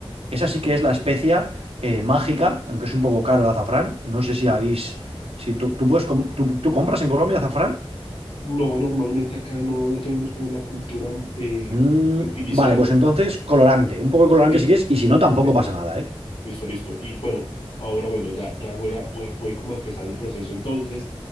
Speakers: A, on the right; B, on the left.
A: Esa sí que
B: ok.
A: es la especia eh, mágica, aunque es un poco caro el azafrán. No sé si habéis. Si tú, tú puedes com- tú, tú compras en Colombia azafrán.
B: No, normalmente acá no, no tenemos como la cultura de,
A: Mm,
B: de utilizarlo.
A: vale, pues entonces colorante. Un poco de colorante
B: Sí,
A: si quieres, y si
B: eso
A: no,
B: sí
A: tampoco
B: lo tengo.
A: pasa nada, ¿eh?
B: Listo, listo. Y bueno, ahora bueno, ya, ya voy a, voy, voy como a empezar el proceso. Entonces,